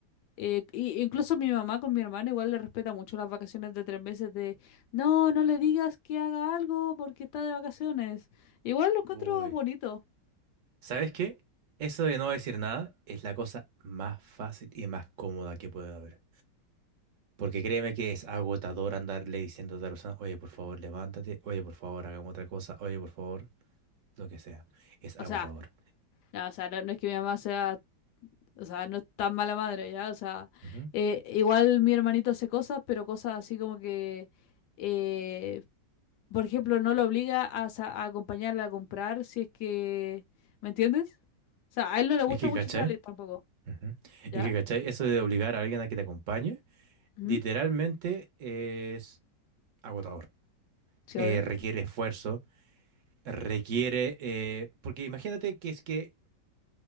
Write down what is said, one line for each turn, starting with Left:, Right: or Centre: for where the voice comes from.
Left: Eh, y- incluso mi mamá con mi hermano igual le respeta mucho las vacaciones de tres meses de, no, no le digas que haga algo porque está de vacaciones. Igual lo encuentro
Right: Uy,
Left: bonito.
Right: ¿sabes qué? Eso de no decir nada es la cosa más fácil y más cómoda que puede haber. Porque créeme que es agotador andarle diciendo a otra persona, oye, por favor, levántate, oye, por favor, hagamos otra cosa, oye, por favor, lo que sea. Es
Left: O
Right: agotador.
Left: sea, no, o sea, no, no es que mi mamá sea, o sea, no es tan mala madre, ¿ya? O sea,
Right: Ujú.
Left: eh, igual mi hermanito hace cosas, pero cosas así como que, eh, por ejemplo, no lo obliga a, sa- a acompañarla a comprar si es que, ¿me entiendes? O sea, a él no le gusta
Right: Es que,
Left: mucho
Right: ¿cachai?
Left: salir tampoco,
Right: Ujú.
Left: ¿ya?
Right: Es que, ¿cachai? Eso de obligar a alguien a que te acompañe,
Left: Ujú,
Right: literalmente es agotador.
Left: Sí,
Right: Eh, requiere esfuerzo requiere, eh, porque imagínate que es que